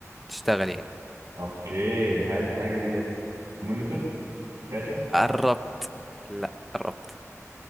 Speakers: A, in the centre; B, on the right.
A: تشتغل يعني
B: اوكي هل الحاجه ديت مونيتور شاشه
A: قربت لا قربت